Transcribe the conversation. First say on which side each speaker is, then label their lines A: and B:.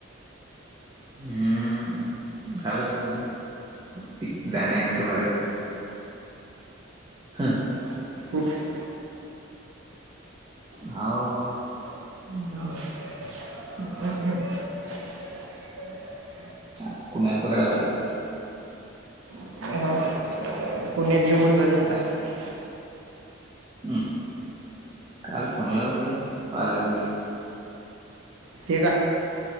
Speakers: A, on the right; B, on the right.
A: हम्म झालं ठी जाण्यायेण्याच भाडं हा
B: ख <unintelligible>
A: अहो
B: ह <unintelligible>
A: आज कुण्याला पकडायला लागल
B: ह <unintelligible>
A: हम् काल फोन लावत होताय पाहा लागेल त्याला
B: ठीक आहे